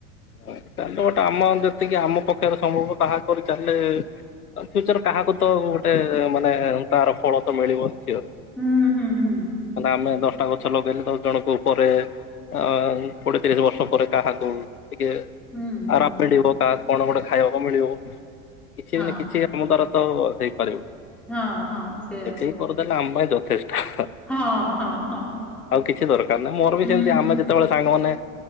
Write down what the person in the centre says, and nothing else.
ହୁଁ ହୁଁ ହୁଁ
ହୁଁ ହୁଁ
ହଁ।
ହଁ ହଁ ସେଇଆ
ହଁ ହଁ ହଁ।
ହୁଁ